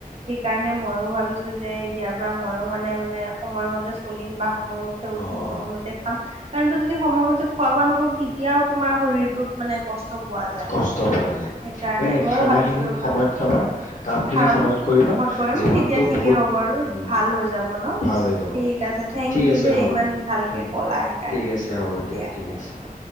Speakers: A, on the right; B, on the left.
A: সেইকাৰণে ময়ো ভাবিছোঁ যে এতিয়াৰ পৰা ময়ো মানে -মানে সময়মতে চলিম বা সময়মতে উঠিম
B: অ
A: সময়মতে
B: অ
A: খাম কাৰণ কি যদি সময়মতে খোৱা বোৱা নকৰো তেতিয়াও তোমাৰ শৰীৰটোত মানে কষ্ট পোৱা যায়
B: কষ্ট পোৱা যায়।
A: সেইকাৰণে
B: এনে
A: ময়ও
B: খানাখিনি
A: ভাবিছো ৰখা
B: সময়ত খাবা কামখিনি
A: খাম
B: সময়ত কৰিবা
A: ফোন কৰিম
B: জীৱনটো
A: তেতিয়া ঠিকেই
B: বহুত
A: হ'ব আৰু
B: উম,
A: ভাল হৈ যাব ন
B: ভাল হৈ যাব
A: ঠিক আছে থেংক
B: ঠিক
A: ইউ
B: আছে
A: দেই
B: হ'ব
A: ইমান
B: দিয়া
A: ভালকে
B: হম,
A: ক'লা সেইকাৰণে
B: ঠিক আছে হ'ব।
A: দিয়া
B: ঠিক
A: - দিয়া
B: আছে
A: দে অ,